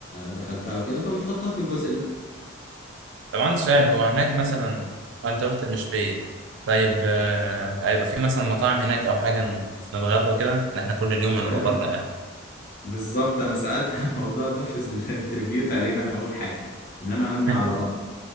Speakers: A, on the left; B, on the right.
A: دخلتها وكده فبتحطها في الجزء ده
B: طب عندي سؤال هو هناك مثلا آه، انت قلت مش بعيد طيب آه، هيبقى في مثلا مطاعم هناك او حاجه نتغدى وكده إن احنا كل يوم هنبقى
A: <laughs>
B: بره يعني
A: بالظبط انا سالت عن الموضوع ده في الانترفيو تقريبا اول حاجه ان انا همي
B: <laughs>
A: على بطن